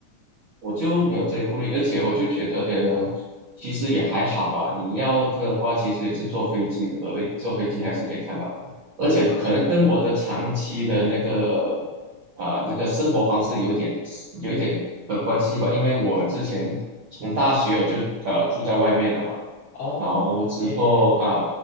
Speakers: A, on the right; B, on the left.
A: 我就没有这些顾虑，而且我就觉得，呃，其实也还好吧。你要的话，其实也是坐飞机的，而坐飞机还是可以看到，而且可能跟我的长期的那个
B: 啊，
A: 啊、那个生活方式有一点有一点的关系吧。因为我之前从大学我就呃住在外面了嘛，
B: 哦，OK，
A: 然后之后啊